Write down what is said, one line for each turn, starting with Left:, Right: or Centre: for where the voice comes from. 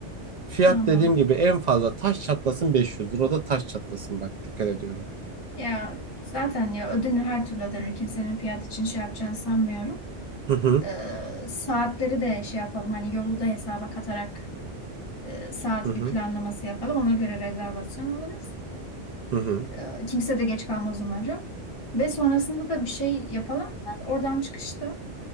Right: Fiyat
Left: Tamam.
Right: dediğim gibi en fazla taş çatlasın 500 lira o da taş çatlasın bak dikkat ediyorum.
Left: Ya zaten ya ödenir her türlü ödenir. Kimsenin fiyat için şey yapacağını sanmıyorum.
Right: Hı hı
Left: Ee, saatleri de şey yapalım. Hani yolu da hesaba katarak e, saat
Right: hı hı
Left: bir planlaması yapalım. Ona göre rezervasyon alırız.
Right: hı hı.
Left: Ee, kimse de geç kalmaz umarım. Ve sonrasında da bir şey yapalım. da Oradan çıkışta.